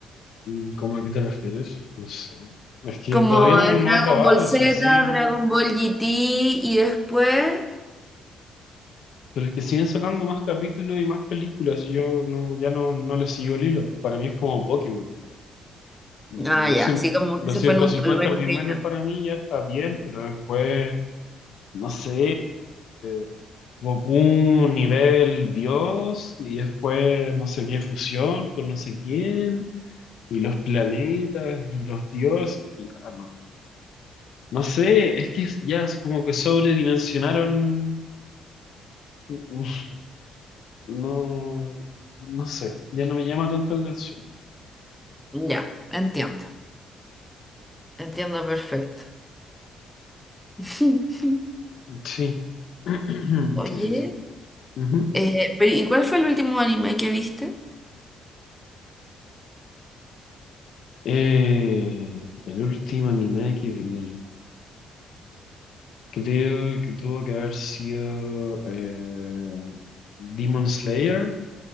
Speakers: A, on the left (about 70°); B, in the centre.
A: Mm, ¿Cómo a qué te refieres? No sé. Es que
B: como
A: todavía no,
B: eh,
A: no
B: Dragon
A: ha acabado,
B: Ball Z,
A: sí, siguen,
B: Dragon Ball GT y después...
A: pero es que siguen sacando más capítulos y más películas. Yo no, ya no, no le sigo el hilo. Para mí es como Pokémon. Mm,
B: Ah,
A: Los
B: ya,
A: cien-
B: así como
A: los
B: que se
A: ciento
B: fue en un
A: cincuenta
B: tolveno
A: primeros
B: que yo
A: para mí ya está bien, pero después, no sé, eh, Goku nivel Dios y después no sé qué fusión con no sé quién. y los planetas y los dioses, y ah, no. No sé, es que es- ya es como que sobredimensionaron, u- u- no, no sé, ya no me llama tanto la atención.
B: no. Ya, entiendo, entiendo perfecto. <laughs>
A: Sí, <clears throat>
B: Oye,
A: sí, sí, sí. Ujú.
B: eh, pero ¿y cuál fue el último anime que viste?
A: Eh, el último anime que vi, creo que tuvo que haber sido eh, Demon Slayer